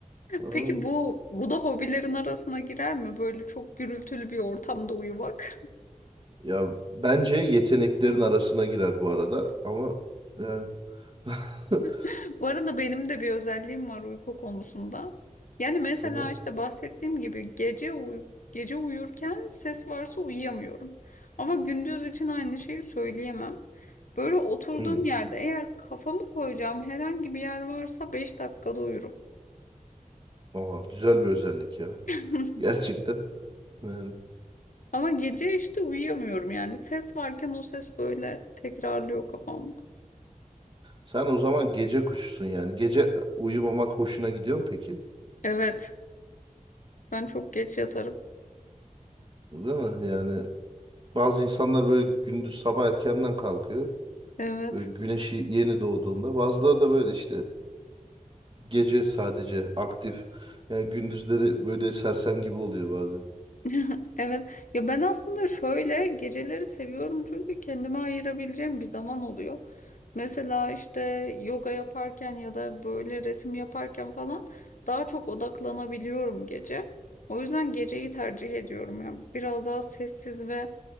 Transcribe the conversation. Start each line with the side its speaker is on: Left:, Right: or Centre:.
Right: Ay,
Left: Peki bu bu da hobilerin arasına girer mi? Böyle çok gürültülü bir ortamda uyumak.
Right: Ya bence yeteneklerin arasına girer bu arada ama yani <laughs>
Left: <laughs> Bu arada benim de bir özelliğim var uyku konusunda. Yani mesela
Right: Aha.
Left: işte bahsettiğim gibi gece uy- gece uyurken ses varsa uyuyamıyorum. Ama gündüz için aynı şeyi söyleyemem. Böyle oturduğum
Right: Hmm.
Left: yerde eğer kafamı koyacağım herhangi bir yer varsa 5 dakikada uyurum.
Right: Aa, güzel bir özellik ya.
Left: <laughs>
Right: Gerçekten. Yani.
Left: Ama gece işte uyuyamıyorum yani. Ses varken o ses böyle tekrarlıyor kafamda.
Right: Sen o zaman gece kuşusun yani. Gece uyumamak hoşuna gidiyor mu peki?
Left: Evet. Ben çok geç yatarım.
Right: Değil mi? Yani bazı insanlar böyle gündüz sabah erkenden kalkıyor.
Left: Evet.
Right: Böyle güneşi yeni doğduğunda. Bazıları da böyle işte gece sadece aktif. Yani gündüzleri böyle sersem gibi oluyor bazen.
Left: <laughs> Evet. Ya ben aslında şöyle geceleri seviyorum çünkü kendime ayırabileceğim bir zaman oluyor. Mesela işte yoga yaparken ya da böyle resim yaparken falan daha çok odaklanabiliyorum gece. O yüzden geceyi tercih ediyorum ya. Biraz daha sessiz ve